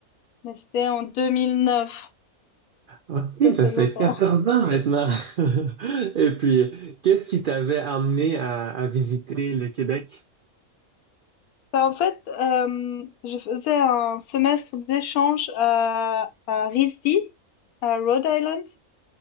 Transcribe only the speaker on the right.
OK,
ça
fait
14 ans maintenant. <laughs> Et puis, qu'est-ce qui t'avait amené à, à visiter le Québec?